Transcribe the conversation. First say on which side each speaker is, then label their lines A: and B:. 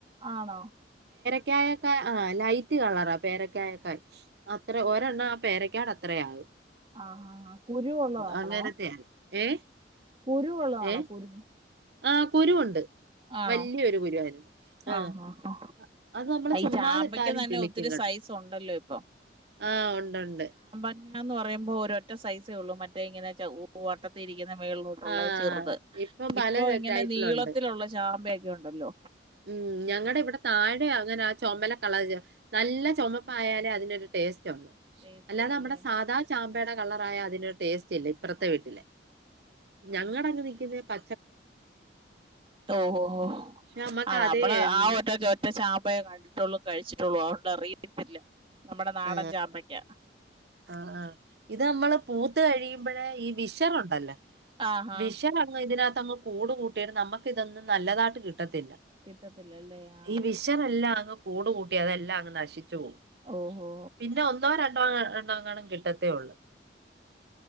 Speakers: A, on the right; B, on the right.
A: ആണോ
B: ക്കായക്കായ് ആഹ് ലൈറ്റ് കളറാ പേരക്കായക്കായ് അത്ര ഒരെണ്ണം ആ പേരക്കാട അത്രേം ആകും
A: ആഹ് കുരു ഉള്ളതാണോ
B: അങ്ങനത്തെയാണ് ഏഹ്
A: കുരുവുള്ളതാണോ
B: ഏഹ്
A: കുരു
B: ആഹ് കുരുവുണ്ട്
A: ആണോ
B: വല്ല്യൊരു കുരുവായിരുന്നു ആഹ്
A: ആ ആ ആ
B: അത് നമ്മള്
A: ഈ
B: ചുമ്മാതിട്ടാലും
A: ചാമ്പയ്ക്ക് തന്നെ
B: കിളിക്കും
A: ഒത്തിരി
B: കേട്ടോ
A: സൈസ് ഉണ്ടല്ലോ ഇപ്പൊ
B: ആഹ് ഉണ്ടുണ്ട്
A: ങ്ങാന്ന് പറയുമ്പോ ഒരൊറ്റ സൈസേ ഉള്ളൂ മറ്റേ ഇങ്ങനെ ചൊ വട്ടത്തിരിക്ക്ന്നെ മേളിലോട്ടുള്ള
B: ആ
A: ചെറുത്
B: ഇപ്പൊ പല
A: ഇപ്പ ഇങ്ങനെ
B: ടൈപ്പിലുണ്ട്
A: നീളത്തിലുള്ള ചാമ്പയൊ യുണ്ടല്ലോ
B: ഉം ഞങ്ങടെ ഇവിടെ താഴെ അങ്ങനെ ആ ചുമല കളർ നല്ല ചുമപ്പായാലേ അ തിനൊരു ട്ടേസ്റ്റൊണ്ട്
A: ടേസ്റ്റ്
B: അല്ലാതെ
A: ഉള്ള
B: നമ്മെടെ
A: അല്ലേ
B: സാധ ചാമ്പ യുടെ കളറായ അതിനൊരു ടേസ് റ്റില്ല ഇപ്പറത്തെ
A: ആ
B: വീട്ടിലെ ഞങ്ങടെങ് പിന്നെ പ
A: ഓഹോ ഹോ
B: പക്ഷെ നമുക്ക്
A: ആ
B: അത്
A: നമ്മള്
B: ഉം,
A: ആ ഒറ്റ ഒറ്റ ചാമ്പയെ കണ്ടിട്ടൊ ട്ടുള്ളു കഴിച്ചിട്ടുള്ളൂ അതോണ്ട് അറിയത്തില്ല നമ്മുടെ നാടൻ
B: ആ,
A: ചാമ്പയ്ക്ക
B: ആ ആ ഇത് നമ്മള് പൂത്ത് കഴിയുമ്പഴേ ഈ വിഷറുണ്ടല്ലേ
A: ആഹാ
B: വിഷറങ്ങ് ഇതിനക ത്തങ്ങ് കൂട് കൂട്ടിയാല് നമ്മക്കിതൊന്നും നല്ലതായിട്ട് കി ട്ടത്തില്ല
A: കിട്ടത്തില്ല അല്ലേ ആ
B: ഈ വിശറെല്ലാം അങ്ങ് കൂട് കൂട്ടി അതെല്ലാം അങ്ങ് നശി ച്ചു പോവും
A: ഓഹോ
B: പിന്നെ ഒന്നോ രണ്ടോ അ ങ്ങാണും കിട്ടത്തേ ഒള്ള്